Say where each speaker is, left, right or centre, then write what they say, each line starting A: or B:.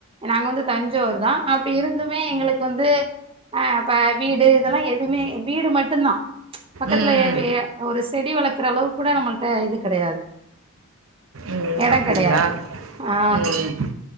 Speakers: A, on the right; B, on the right.
A: நாங்க வந்து தஞ் சாவூர்தா அப்ப இருந்துமே எங்களுக்கு வந்து ஆ இப்ப வீடு இதெல்லா எதுமே வீடு மட்டுந்தா பக்கத்துல
B: ம்
A: யே வி ஏ ஒரு செடி வளக்குற அளவுக்கு கூட நம்மள்ட்ட இது கெடையாது
B: ம்
A: எடோ
B: அப்பிடிங்களா
A: கெடையாது ஆ
B: ம்